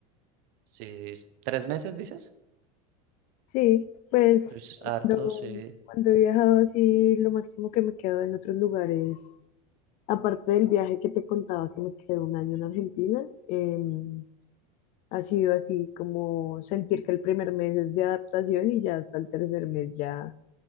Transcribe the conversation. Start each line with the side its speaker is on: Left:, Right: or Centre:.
Right: sí, tres meses dices.
Left: Sí, pues
Right: Es
Left: cuando,
Right: harto, sí.
Left: cuando he viajado así, lo máximo que me quedo en otros lugares, aparte del viaje que te contaba que me quedé un año en Argentina, em, Ha sido así como sentir que el primer mes es de adaptación y ya hasta el tercer mes ya